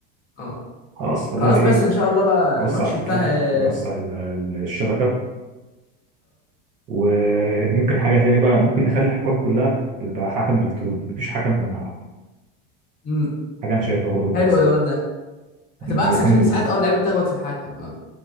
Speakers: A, on the left; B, on the right.
A: اه
B: خلاص خليها
A: خلاص
B: ايه
A: بس ان شاء الله بقى
B: يوسع
A: الماتش
B: الخطوبة
A: بتاع اه
B: يوسع ال- ال- الشبكة وممكن حاجة تاني بقى ممكن نخلي الحكام كلها تبقى حكم إلكتروني مفيش حكم في الملعب
A: آه.
B: حاجة أنا شايفها برضه كويسة
A: حلو الولد ده هتبقى
B: الاتنين
A: احسن عشان
B: دول
A: ساعات اه اللعيبه بتخبط في الحكم اه